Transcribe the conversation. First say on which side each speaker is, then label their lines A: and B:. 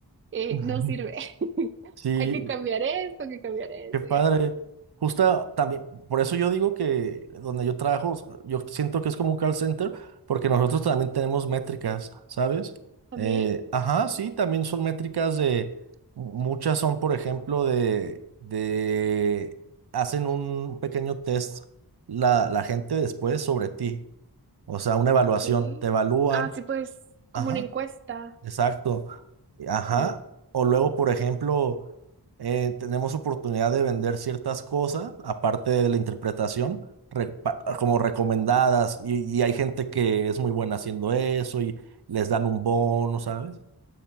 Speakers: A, on the right; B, on the right.
A: Eh,
B: <laughs>
A: no sirve. <laughs>
B: Sí,
A: Hay que cambiar esto, hay que cambiar eso
B: Qué padre.
A: y así.
B: Justa también, por eso yo digo que donde yo trabajo, yo siento que es como un call center, porque nosotros también tenemos métricas, ¿sabes?
A: También,
B: Eh, ajá, sí, también son métricas de, muchas son, por ejemplo, de, de, hacen un pequeño test la, la gente después sobre ti, o sea, una evaluación,
A: ok.
B: te evalúan,
A: Ah, sí, pues, como
B: ajá.
A: una encuesta.
B: Exacto. Ajá.
A: Sí.
B: O luego, por ejemplo, eh, tenemos oportunidad de vender ciertas cosas, aparte de la interpretación, repa- como recomendadas, y, y hay gente que es muy buena haciendo eso y les dan un bono, ¿sabes?